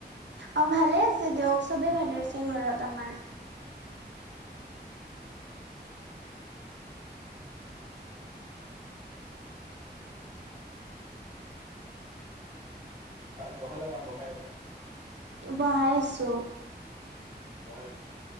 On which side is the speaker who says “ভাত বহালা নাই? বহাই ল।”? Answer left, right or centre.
Right